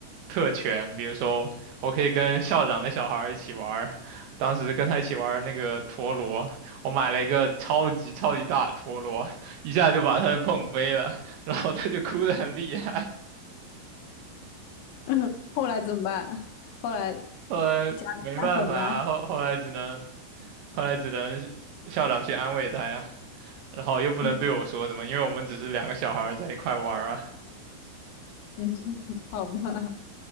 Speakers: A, on the right; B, on the left.
A: 特权，比如说我可以跟校长的小孩儿一起玩儿当时跟他一起玩儿那个陀螺，我买了一个超级超级大的陀螺，一下就把他碰飞了，然后他就哭得很厉害，
B: <laughs> 后来怎么办？后来家
A: 后来没办法啊，
B: 长来哄他。
A: 后后来只能后来只能校长去安慰他呀，然后又不能对我说什么，
B: <laughs>
A: 因为我们只是两个小孩儿在一块玩儿啊。
B: 嗯，好吧。